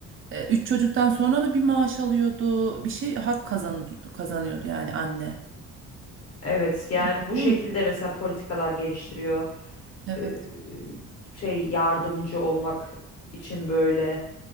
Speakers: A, on the right (about 45°); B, on the left (about 55°).
A: e, üç çocuktan sonra mı bir maaş alıyordu? Bir şey hak kazan kazanıyordu yani anne.
B: Evet, yani
A: Onu
B: bu
A: Biliyor
B: şekilde
A: musun?
B: mesela politikalar geliştiriyor.
A: Evet.
B: Eee, şey yardımcı olmak için böyle.